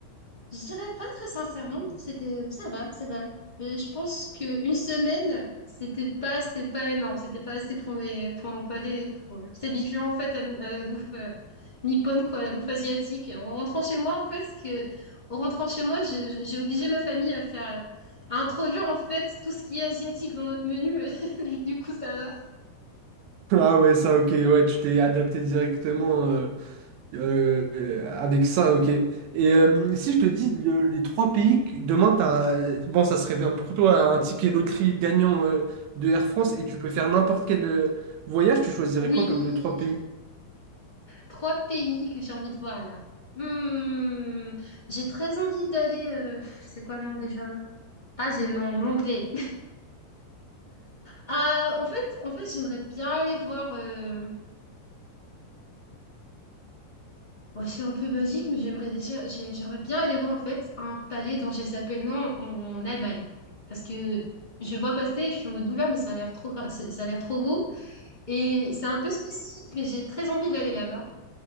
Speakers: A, on the left (about 25°); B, on the right (about 75°).
A: Je dirais pas très sincèrement, non, c'était ça va, ça va. Euh, Je pense que une semaine, c'était pas c'était pas énorme, c'était pas assez pour mes pour mon palais pour euh, s'habituer en fait à, à la bouffe euh, nippone quoi, à la bouffe asiatique. En rentrant chez moi en fait, parce que en rentrant chez moi, je- je- j'ai obligé ma famille à faire à introduire en fait tout ce qui est asiatique dans notre menu. <laughs> Du coup, ça va.
B: Ah ouais, ça, ok, ouais, tu t'es adapté directement. euh, Euh, avec ça, ok. Et euh, si je te dis le- les trois pays, que- demain, t'as, bon, ça serait bien pour toi, un ticket loterie gagnant euh, de Air France et tu peux faire n'importe quel euh, voyage, tu choisirais
A: Oui,
B: quoi comme les trois pays?
A: trois pays que j'ai envie de voir là. Hmm, j'ai très envie d'aller. euh, c'est quoi le nom déjà? Ah, j'ai non mon anglais. Ah, en fait, en fait, j'aimerais bien aller voir. euh, Bon, c'est un peu basique, mais j'aimerais déjà, j'ai- j'aimerais bien aller voir en fait un palais dont je sais pas le nom en Allemagne, parce que je vois passer, je suis en mode oula, mais ça a l'air trop, gra- c'est- ça a l'air trop beau, et c'est un peu spécifique, mais j'ai très envie d'aller là-bas.